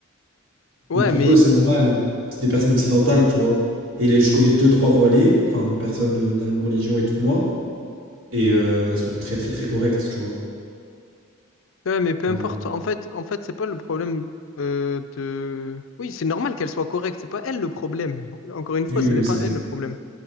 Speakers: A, on the left; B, on the right.
A: Ouais,
B: Donc pour
A: mais
B: eux, c'est normal, c'est des personnes occidentales, tu vois. Et les, je connais deux, trois voilées, enfin, des personnes euh, de la même religion et tout que moi, et euh, elles sont très, très, très correctes, tu vois,
A: Ouais, mais peu
B: en
A: importe.
B: vrai.
A: En fait, en fait, c'est pas le problème euh, de. Oui, c'est normal qu'elle soit correcte. C'est pas elle le problème. Encore une fois,
B: Oui,
A: ce
B: oui,
A: n'est
B: oui,
A: pas
B: c'est vrai.
A: elle le problème.